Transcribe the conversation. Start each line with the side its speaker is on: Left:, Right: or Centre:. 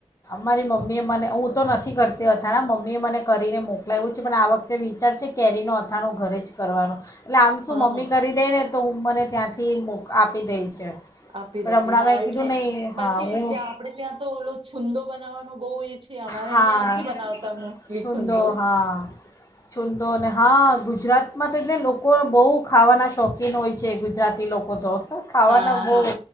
Left: મારી મમ્મી એ મને હું તો નથી કરતી અથાણ મમ્મી એ મને કરીને મોકલાય્યું છે પણ આ વખતે વિચાર છે કેરીનો અથાણું ઘરે જ કરવાનું. એટલે આમ શું
Right: હા
Left: મમ્મી
Right: હા
Left: કરી દે ને તો હું મને ત્યાંથી મોક આપી દેએ છે.
Right: આપી
Left: પણ
Right: દે
Left: હમણાં
Right: છે. હા
Left: મેં
Right: એટલે
Left: કીધું નહીં
Right: પછી
Left: હા હું
Right: ત્યાં આપડે ત્યાં તો ઓલો છુંંદો બનાવાનું બહુ એ છે અમારે
Left: હા
Right: અહિયાં નથી બનાવતા મોસ્ટલી
Left: છુંદો
Right: છુન્દો.
Left: હા છૂંદો ને હા ગુજરાતમાં તો એટલે લોકો બહુ ખાવાના શોખીન હોય છે. ગુજરાતી લોકો તો. ખાવાના
Right: હા
Left: બહુ
Right: હા